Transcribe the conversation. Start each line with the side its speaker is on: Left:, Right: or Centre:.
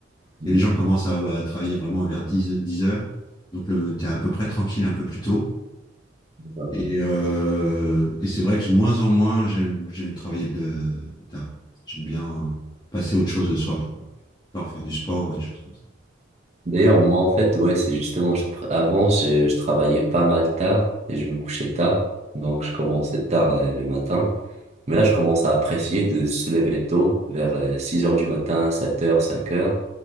Right: Mhm.
Left: Les gens commencent à, à travailler vraiment vers dix dix heures. Donc, tu es à peu près tranquille un peu plus tôt.
Right: D'accord.
Left: Et, euh, et c'est vrai que de moins en moins, j'aime j'aime travailler le tard. J'aime bien euh, passer à autre chose le soir, quoi. Genre faire du sport ou des choses comme ça.
Right: D'ailleurs, moi en fait, ouais, c'est justement, je pr- avant, je, je travaillais pas mal tard et je me couchais tard. Donc je commençais tard euh, le matin. Mais là, je commence à apprécier de se lever tôt, vers euh, six heures du matin, sept heures cinq heures